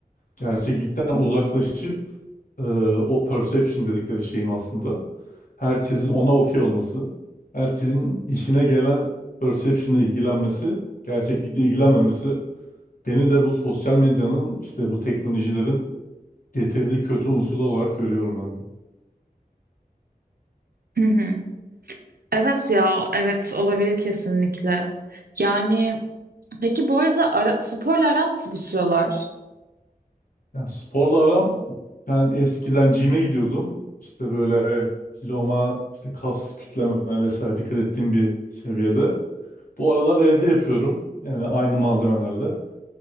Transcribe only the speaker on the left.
gerçeklikten uzaklaşıp e, o perception dedikleri şeyin aslında herkesin ona okey olması, herkesin işine gelen perception'la ilgilenmesi, gerçeklikle ilgilenmemesi beni de bu sosyal medyanın işte bu teknolojilerin getirdiği kötü unsur olarak görüyorum ben de.
Yani sporla aram ben eskiden gym'e gidiyordum. İşte böyle kiloma, işte kas kütleme vesaire dikkat ettiğim bir seviyede. Bu aralar evde yapıyorum. Yani aynı malzemelerle.